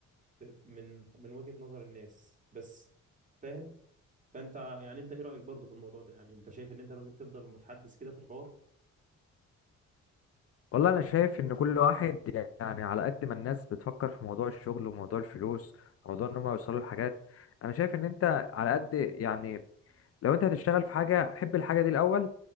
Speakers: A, on the right; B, on the left.
A: في- من من وجهة نظر الناس بس فاهم فانت يعني انت ايه رأيك برضو في الموضوع ده يعني انت شايف ان انت لازم تفضل متحدث كده في الحوار
B: والله انا شايف ان كل واحد يعني على قد ما الناس بتفكر في موضوع الشغل وموضوع الفلوس موضوع ان هم يوصلوا لحاجات انا شايف ان انت على قد يعني لو انت هتشتغل في حاجه حب الحاجه دي الاول